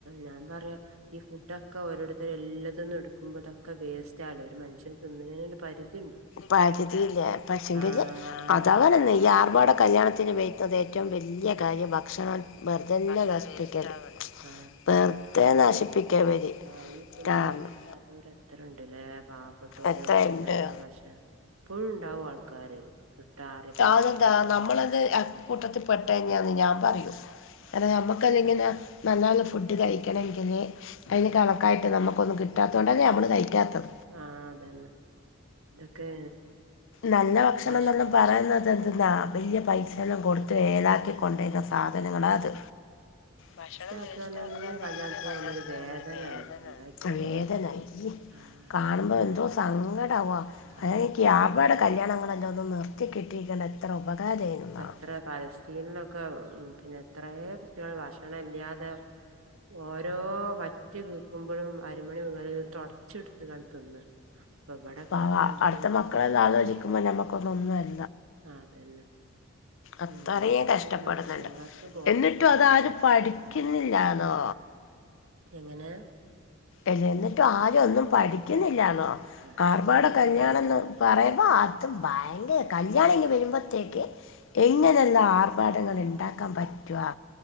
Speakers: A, on the right (about 85°); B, on the left (about 65°).
A: ഞാൻ പറയാ ഈ ഫുഡൊക്കെ ഓരോത്തർ എല്ലാത്തന്നും എടുക്കുമ്പോ ഇതൊക്കെ വേസ്റ്റ് ഒരു മനഷ്യൻ തിന്നുന്ന പരിധ
B: പരിധിയില്ല പക്ഷെങ്കില്
A: ആഹ്
B: അത അവനന്നെ ഈ ആർഭാടെ കല്യാണത്തിന് വയക്കുന്നത് ഏറ്റ ഏറ്റവും വലിയ കാര്യം ഭക്ഷണം വെർതല്ല നശിപ്പിക്കല്
A: ആ
B: വെറുതെ നശിപ്പിക്കാ ഇവര്
A: ആ ഈ തന്നാൻ
B: കാരണം
A: കിട്ടാത്തവര് എത്ര ഉണ്ട്ല്ലേ പ പെട്ടോര്നേരത്തെ
B: എത്രയുണ്ട്
A: ഭക്ഷണം എപ്പോഴും ഉണ്ടാവും ആൾക്കാര് കിട്ടാറ് പറയാത്തോര്
B: അതെന്താ നമ്മളത് കൂട്ടത്തിൽപെട്ട തന്ന്യാന് ഞാൻ പറയും കാരണം നമുക് ല്ലെങ്കി ന്നെ നല്ല നല്ല ഫുഡ് കഴിക്കണമെങ്കിൽ അതിന്
A: ഉം
B: കണക്കായിട്ട് നമുക്കൊന്ന കിട്ടാത്തത കൊണ്ടന്നെ നമ്മള് കഴിക്കണം
A: ആഹ് അതന്നെ ഇതൊക്കെ
B: നല്ല നല്ല ഭക്ഷണം
A: ഭക്ഷ
B: ന <inaudible> പറയുന്നത് എന്ത്ന്നാ വലിയ പൈസയെല്ലാം കൊടുത്ത് വഏലാക്കി കൊണ്ടരുന്ന സാധനങ്ങള അത് ഭക്ഷണം
A: ആക്കുകന്ന്
B: വേസ്റ്റ്
A: പറഞ്ഞ
B: ആക്കൻന്നെ
A: കല്യാണത്തിന്
B: കല്യാണത്തിരു
A: ഒരു വേദനാണ് എന്താ വെച്ചാല്
B: വേദനാണ് ഉം
A: ആഹ്
B: കാണുമ്പോ എന്തോ സങ്കടം ആകവാ
A: ആഹ്
B: അ <unintelligible> കല്യാണങ്ങൾ എല്ലാം ഒന്നും നിർത്തി കിട്ടിയിരിക്കണ് എത്ര ഉപകാരമായിരുന്നു
A: ഇപ്പം എത്ര ഫലസ്തീനിലൊക്കെ ഉം പിന്നെ എത്രേ കുട്ടികൾ ഭക്ഷണം ഇല്ലാതെ ഓരോ വറ്റ് വീക്കുമ്പോഴും അരമണി മുതൽ തുടച്ച് എടുത്ത് കാണ് തിന്ന അപ്പൊ ഇവിടെ കാട്ടണത്
B: അ അടുത്ത മക്കളെ ആലോചിക്കുമ്പോ നമ്മുക്ക് ഒന്നും ഒന്നുമല്ല
A: ആ അതന്നെ
B: അത്രയും
A: എന്താ ചെയ്യക
B: കഷ്ടപ്പെടുന്നുണ്ട്
A: മനുഷ്യന്മാർക്ക് ബോധം
B: എന്നിട്ടും
A: കൊടുക്കല്ല
B: അതാരും പഠിക്കുന്നില്ലാന്നോ
A: എന്താ ചെയ്യാ എങ്ങനെ
B: അല്ല എന്നിട്ടും ആര ഒന്നും പഠി കുന്നില്ലന്നോ
A: ആ
B: ആർബാട
A: ഇങ്ങട്ടും അങ്ങനെ
B: കല്യാണം
A: തന്നെ
B: എന്ന് പറയുമ്പോ അതും ഭയങ്ക കല്യാണി ഇങ്ങ് വരുമ്പോത്തേക്ക് എങ്ങനെയുള്ള
A: ഉം.
B: ആർഭാടങ്ങൾ ഉണ്ടാക്കാൻ പറ്റുവാ